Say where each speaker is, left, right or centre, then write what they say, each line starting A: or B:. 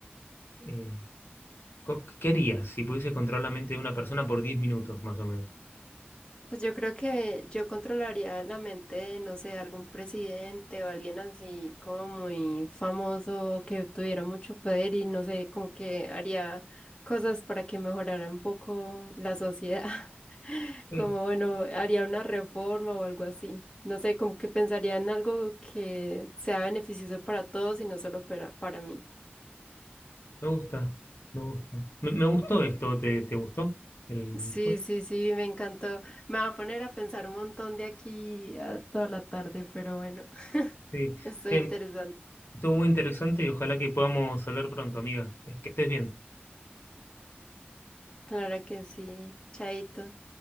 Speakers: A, on the left (about 70°); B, on the left (about 25°).
A: eh, co- ¿qué harías si pudieses controlar la mente de una persona por 10 minutos, más o menos?
B: Pues yo creo que yo controlaría la mente de, no sé, algún presidente o alguien así como muy famoso que tuviera mucho poder y no sé, como que haría cosas para que mejorara un poco la sociedad. <laughs>
A: Sí,
B: Como bueno, haría una reforma o algo así. No sé, como que pensaría en algo que sea beneficioso para todos y no solo para, para mí.
A: me gusta, me gusta. Me, me gustó esto, ¿te, te gustó? El-
B: Sí, sí, sí, me encantó. Me va a poner a pensar un montón de aquí a toda la tarde, pero bueno, <laughs>
A: sí.
B: estoy
A: Eh,
B: interesante.
A: Estuvo muy interesante y ojalá que podamos hablar pronto, amiga. Es que estés bien.
B: Claro que sí, chaito.